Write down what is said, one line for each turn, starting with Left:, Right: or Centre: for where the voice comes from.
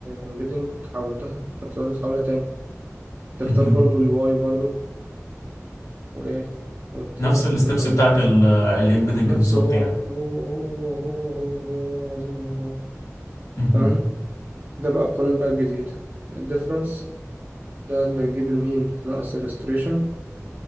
Right: امبيدنج كنت حولتها فانت دلوقتي بتحولها تاني تختار
Left: مهم.
Right: برضه الواي برضه وايه وت-
Left: نفس
Right: وت-
Left: الستبس
Right: وتعمله
Left: بتاعت
Right: ديفيجن
Left: الامبيدنج
Right: نفسه
Left: بالظبط
Right: هو
Left: يعني
Right: هو هو هو هو هو والله العظيم هو هو
Left: مهم.
Right: تمام ده بقى القانون بقى الجديد الديفرنس ده اللي هيجيب المين ناقص الريستريشن